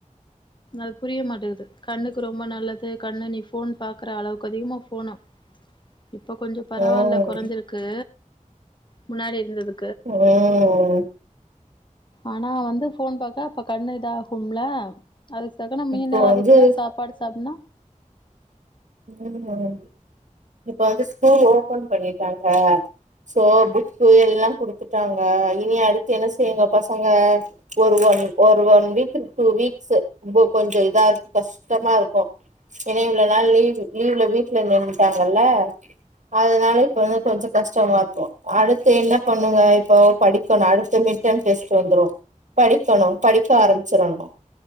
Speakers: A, on the left; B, on the right.
A: அது புரிய மாட்டேங்கது கண்ணுக்கு ரொம்ப நல்லது கண்ணு நீ போன் பாக்குற அளவுக்கு அதிகமா போனும் இப்ப கொஞ்சம் பரவாயில்ல
B: ம்
A: குறைஞ்சிருக்கு முன்னாடி இருந்தது
B: உம்
A: ஆனா வந்து போன் பாக்க அப்ப கண்ணு இத ஆாகும்ல அதுக்கு தக்குன்ன மீன்
B: இப்போ வந்து
A: அதுக்குள்ள சாப்பாடு சாப்பனா
B: உம் உம் இப்ப வந்து ஸ்கூல் ஓபன் பண்ணிட்டாங்க ஆஹ் சோ எல்லாம் கொடுத்துட்டாங்க இனி அடுத்து என்ன செய்யுங்க பசங்க ஒரு ஒன் ஒரு ஒன் வீக் டூ வீக்ஸ் கொஞ்சம் இதாக்கு கஷ்டமா இருக்கும் ஏன இவ்ளவுனால் லீவ் லீ்வுல வீட்டுலந்துட்டாங்கல்ல அதனால இப்ப வந்து கொஞ்சம் கஷ்டமா இருக்கும் அடுத்து என்ன பண்ணுங்க இப்போ படிக்கணும் அடுத்து மிட்டேர்ம் வந்துறோம் படிக்கணும் படிக்க ஆரம்பிச்சிடணும்